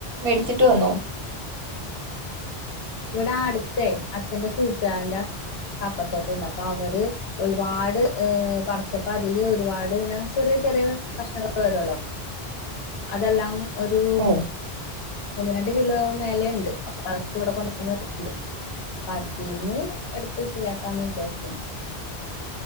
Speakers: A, on the right (about 60°); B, on the left (about 75°).
A: മേടിച്ചിട്ട് വന്നു
B: ഇവടാ അടുത്തേ അച്ഛന്റെ കൂട്ടാരന്റെ കപ്പത്തോട്ടുണ്ട് അപ്പൊ അവര് ഒരുപാട് പർച്ചപ്പ അതില് ഒരുപാട് ങ്ങനെ ചെറ്യേ ചെറ്യേ കഷ്ണങ്ങള് വരൊല്ലോ അതെല്ലാം ഒരു
A: ഓഹ്
B: ഒന്ന്, രണ്ട് കിലോ മേലെണ്ട്. അപ്പൊ അതൊക്കെ ഇവടെ കൊണ്ട ന്നെച്ചിട്ട്ണ്ട്. അപ്പൊ അതീന്ന് എട്ത്ത് ശരിയാക്കാന്ന് വിചാരിക്കുന്നു.